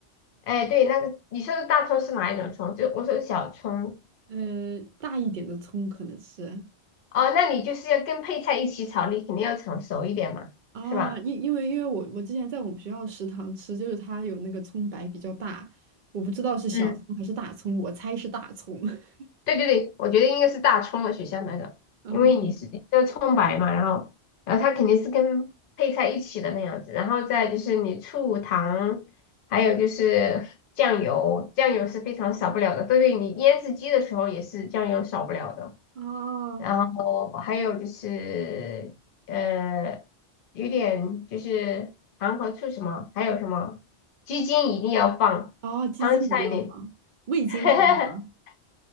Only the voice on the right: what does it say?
呃，大一点的葱可能是。
啊，
因因为因为我我之前在我们学校食堂吃，就是它有那个葱白比较大，我不知道是小葱还是大葱，
我猜是大葱。<laughs>
嗯，
啊
哦，鸡精一定要放，
味精可以吗？